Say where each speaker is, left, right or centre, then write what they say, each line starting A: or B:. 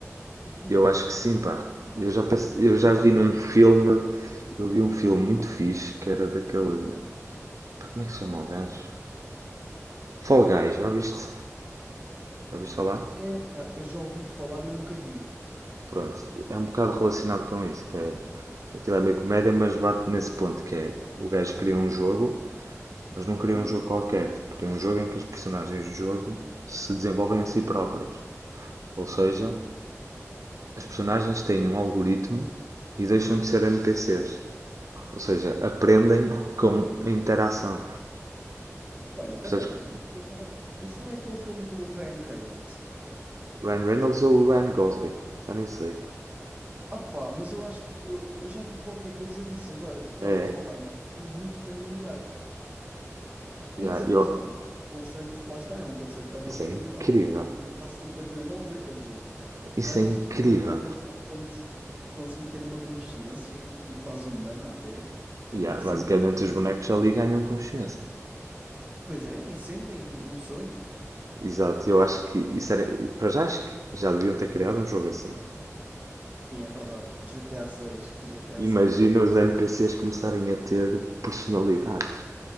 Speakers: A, on the right; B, on the right.
A: que é que tu
B: eu
A: achas?
B: acho que sim, pá. Eu já, pense-
A: Acreditas
B: eu já vi num
A: não?
B: filme, eu vi um filme muito fixe que era daquele. Pá, como é que se chama o gajo? Fall Guys, já viste? Já viste falar?
A: Epá, eu já ouvi falar, mas nunca vi.
B: Pronto, é um bocado relacionado com isso, que é. Aquilo
A: Ok.
B: é meio comédia, mas bate nesse ponto que é o gajo cria um jogo Mas não queria
A: Uhum,
B: um jogo qualquer, queria um jogo em que as personagens do jogo se desenvolvem a si próprias. Ou seja,
A: ok.
B: as personagens têm um algoritmo e deixam de ser NPCs. Ou seja, aprendem com a interação.
A: Olha, espera
B: Percebes?
A: aí. Tu- Isso não é aquele filme com o Ryan Reynolds?
B: Ryan Reynolds ou Ryan Gosling? Já nem sei.
A: Ah mas eu acho que eu, eu já vi qualquer coisa disso agora. Tu estás-me
B: É,
A: a falar e é muito familiar, pá. É,
B: yeah,
A: Mas, mas
B: eu-
A: o conceito, lá está, é um conceito que é uma
B: isso
A: possibilidade.
B: é incrível.
A: O algoritmo está sempre a desenvolver, quer dizer,
B: Isso
A: já viste
B: é incrível.
A: desenvolver-se ao ponto de conseguir ter uma consciência, tipo quase humana até, tipo
B: Yeah,
A: sentir
B: basicamente,
A: coisas.
B: os bonecos ali ganham consciência.
A: Pois é, e sentem emoções.
B: Exato, eu acho que isso era. Para já, acho que já deviam ter criado um jogo assim.
A: Sim, é verdade. GTA 6, GTA 6
B: Imagina
A: G T A seis.
B: os NPCs começarem a ter personalidades